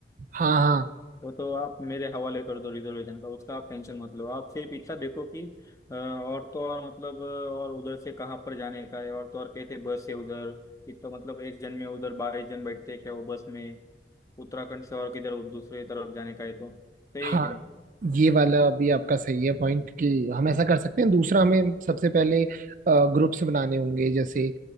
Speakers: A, on the right (about 45°); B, on the left (about 20°).
A: हाँ हाँ
B: वो तो आप मेरे हवाले कर दो रिजर्वेशन का उसका आप टेंशन मत लो आप सिर्फ इतना देखो कि अ, और तो और मतलब अ, और उधर से कहाँ पर जाने का है और तो और कैसे बस है उधर इतना मतलब एक जन में उधर बाईस जन बैठते हैं क्या वो बस में उत्तराखंड से और किधर दूसरे तरफ जाने का है तो सही
A: हाँ
B: है कि नहीं
A: ये वाला अभी आपका सही है पॉइंट कि हम ऐसा कर सकते हैं दूसरा हमें सबसे पहले ग्रुप्स बनाने होंगे जैसे